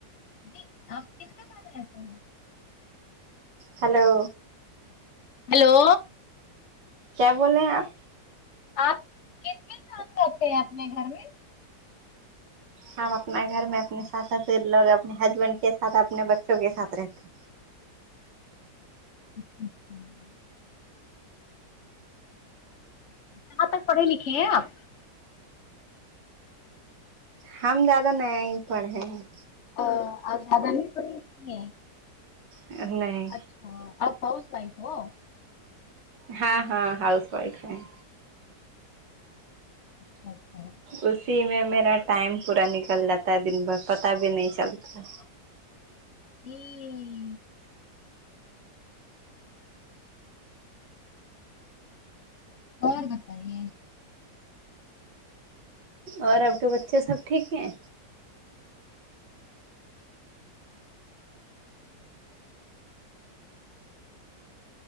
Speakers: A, on the left; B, on the right.
A: جی آپ کس کے ساتھ رہتے ہیں
B: ہیلو
A: ہیلو
B: کیا بولے ہیں آپ
A: آپ کس کے ساتھ رہتے ہیں اپنے گھر میں
B: ہم اپنا گھر میں اپنے ساتھ لوگ اپنے ہسبینڈ کے ساتھ اپنے بچوں کے ساتھ رہتے
A: اچھا کہاں تک پڑھی لکھی ہیں آپ
B: ہم زیادہ نیا ہی پڑھ رہے ہیں
A: ا اور زیادہ نہیں پڑی اتنی ہے
B: نہیں
A: ہ آپ ہاؤس وائف ہو
B: ہاں ہاں ہاؤس وائف ہیں
A: اچھا ہوں
B: اسی میں میرا ٹائم پورا نکل جاتا ہے دن بھر پتا بھی نہیں چلتا ہے
A: ہوں اور بتائیے
B: اور آپ کے بچے سب ٹھیک ہیں